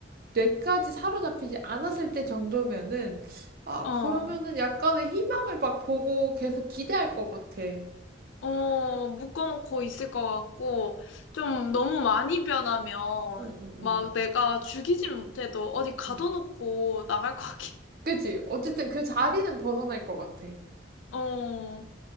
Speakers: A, on the right; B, on the left.
A: 뇌까지 사로잡히지 않았을 때 정도면은, 아,
B: 어,
A: 그러면은 약간의 희망을 막 보고 계속 기대할 것 같아. 응,
B: 어, 묶어놓고 있을 것 같고, 좀 너무 많이 변하면,
A: 응, 응.
B: 막 내가 죽이진 못해도 어디 가둬놓고
A: 응.
B: 나갈 것 같긴.
A: 그치? 어쨌든 그 자리는 벗어날 것 같아.
B: 어.